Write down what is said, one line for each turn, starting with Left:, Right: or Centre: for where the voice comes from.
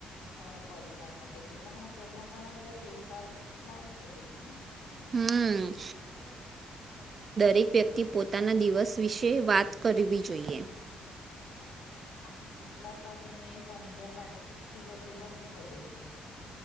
Left: તમારા પરિવાર માટે તો તમારા ઘરમાં ઘણા બધા ફેરફાર લાવી શકે છે ને.
Right: હમ રેક વ્યક્તિ પોતાના દિવસ વિશે વાત કરવી જોઈએ.
Left: હા, આથી વિશ્વાસ અને સમજણ વાતચિત થી બધે બંને વધે છે.